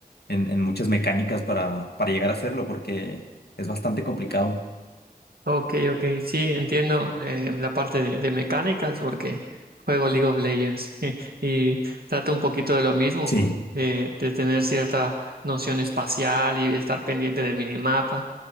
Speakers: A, on the left; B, on the right.
A: en, en muchas mecánicas para, para llegar a hacerlo, porque es bastante complicado.
B: Ok, ok, sí, entiendo eh, la parte de, de mecánicas porque juego League of Legends <laughs> y trata un poquito de lo mismo,
A: Sí.
B: de, de tener cierta noción espacial y de estar pendiente del minimapa,